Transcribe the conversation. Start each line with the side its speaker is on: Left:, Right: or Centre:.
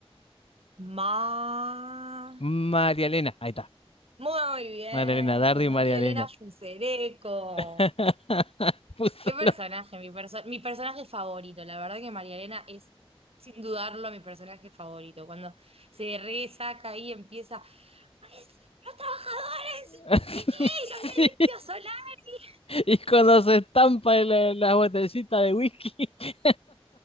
Right: ma.
Left: María Elena. Ahí está.
Right: Muy bien,
Left: María Elena Dardo y
Right: María
Left: María Elena.
Right: Elena Fusereco.
Left: <laughs> Puso
Right: Qué personaje,
Left: lo-
Right: mi, perso- mi personaje favorito. La verdad que María Elena es, sin dudarlo, mi personaje favorito. Cuando se resaca ahí empieza, "Pues, los trabajadores,
Left: <laughs>
Right: ¿y qué? ¿Los violentos
Left: Sí.
Right: Solari?
Left: Y cuando se estampa en la, la botellita de whisky. <laughs>